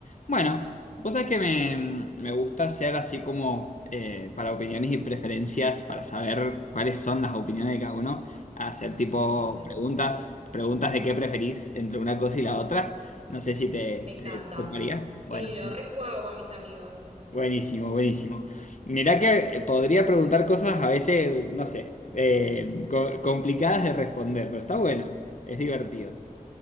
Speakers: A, on the left; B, on the right.
A: Bueno, vos sabés que me, me gusta hacer así como eh, para opiniones y preferencias, para saber cuáles son las opiniones de cada uno, hacer tipo
B: A ver.
A: preguntas, preguntas de qué preferís entre una cosa y la otra. No sé si te,
B: Me encanta.
A: te tocaría.
B: Sí,
A: Bueno,
B: lo
A: genial.
B: rejuego con mis amigos.
A: buenísimo, buenísimo. Mirá que podría preguntar cosas a veces, no sé, eh, co- complicadas de responder, pero está bueno, es divertido.